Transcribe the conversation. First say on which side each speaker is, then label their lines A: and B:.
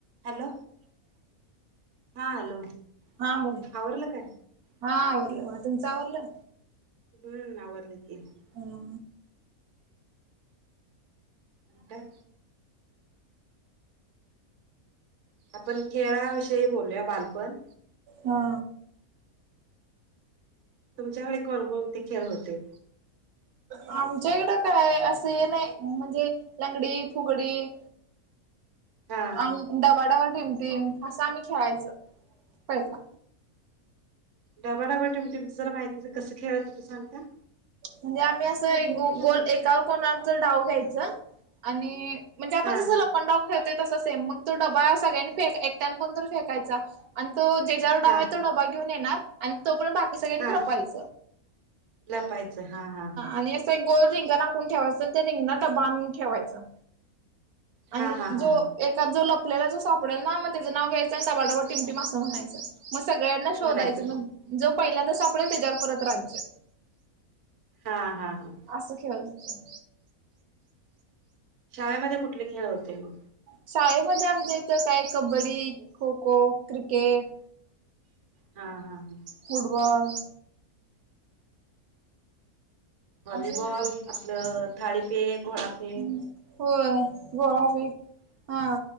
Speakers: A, on the right (about 55°); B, on the right (about 80°).
A: हॅलो हा हॅलो
B: हा बोला
A: अरल काय.
B: हा आवरलं बघा तुमचं आवरलं.
A: हम्म आवरले की.
B: हॅलो.
A: काय आपण. खेळाविषयी बोललूया बालपण.
B: हा,
A: तुमच्याकडे कोणकोणते खेळ होते?
B: आमच्या इकडं काय? असं हे नाही. म्हणजे- लंगडी, फुगडी-
A: हा
B: अन डबा डबा टीम टीम असं आम्ही खेळायचो पहिला.
A: डबा डबा टीम टीम च जरा माहिती द्या. कस खेळत होता सांगता?
B: म्हणजे आम्ही असं
A: लगोट्या
B: ग
A: म्हणायचं.
B: गोल. एकावर कोणावर डाव घ्यायच आणि- म्हणजे आपण
A: हा
B: जसं लपनडाव खेळतोय तसं सेम. मग तो डबा सगळ्यांनी फेक, एकट्यान कोण तरी फेकायचा. आणि तो जेच्यावर
A: हा
B: डाव आहे तो डबा घेऊन येणार. आणि तोपर्यंत बाकी सगळ्यांनी
A: हा
B: लपायच.
A: लपायचं. हा हा हा हा.
B: आणि गोल रिंगण आखून ठेवायचं. अन त्या रिंगणात डबा आणून ठेवायचा. आणि
A: हा हा हा
B: जो
A: हा
B: एक- का जो लपलेला जो सापडेल ना? मग त्याचं नाव घ्यायचं आणि डबा डबा टिम टीम असं म्हणायचं. मग सगळ्यांना शोधायचं.
A: म्हणायचं
B: मग जो पहिल्यांदा सापडेल त्याच्यावर परत राज्य.
A: हा हा हा ह.
B: असं खेळत होतं.
A: शाळेमध्ये कुठले खेळ होते मग?
B: शाळेमध्ये आमच्या इथ काय कबड्डी, खो खो, क्रिकेट-
A: हा हा हा.
B: फुटबॉल.
A: व्हॉलीबॉल
B: असं होत.
A: आपलं थाळीफेक गोळाफेक
B: हम् होय गोळा फेक. हा.